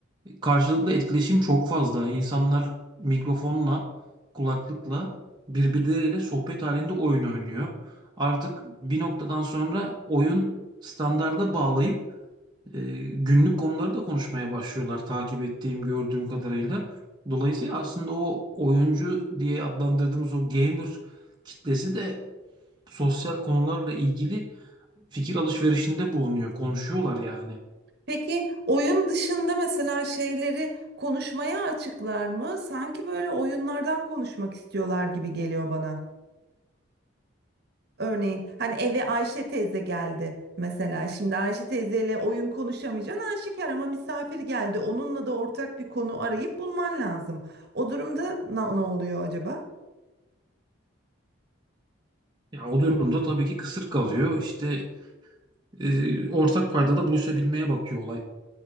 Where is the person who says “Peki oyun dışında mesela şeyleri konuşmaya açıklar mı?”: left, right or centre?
Right